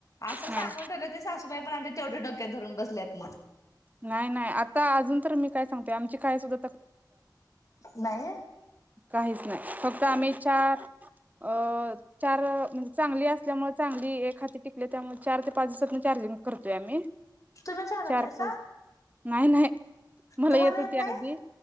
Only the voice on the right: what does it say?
हा
नाही नाही आता अजून तर मी काय सांगते आमची खाय सुद्ध
काहीच नाही फक्त आम्ही चा अ चार चांगली असल्यामुळे, चांगली एखादि टी आपल्या त्यामुळे चार ते पाच दिवसातन चार्जिंग करतोय आम्ही.
चार पाच नाही नाही मला
होती
आधी